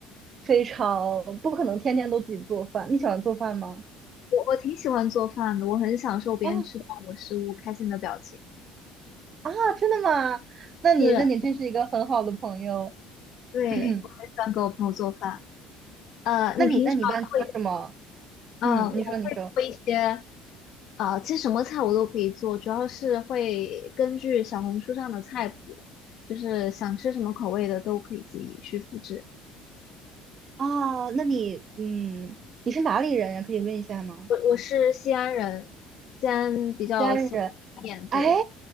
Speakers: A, on the right; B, on the left.
A: 非常不可能天天都自己做饭。你喜欢做饭吗？
B: 我我挺喜欢做饭的，我很享受别人吃到我食物开心的表情。
A: 啊啊，真的吗？那你那你真是一个很好的朋友。
B: 是，对，
A: <clears throat>
B: 我很喜欢给我朋友做饭。呃，
A: 那你那你一般做什么？
B: 你平常会，嗯，
A: 嗯，
B: 我会做一些，
A: 你说你说
B: 呃，其实什么菜我都可以做，主要是会根据小红书上的菜谱，就是想吃什么口味的都可以自己去复制。
A: 啊，那你嗯，你是哪里人呀？可以问一下吗？
B: 我我是西安人，西安比较喜欢吃面，
A: 西安人。哎，
B: 对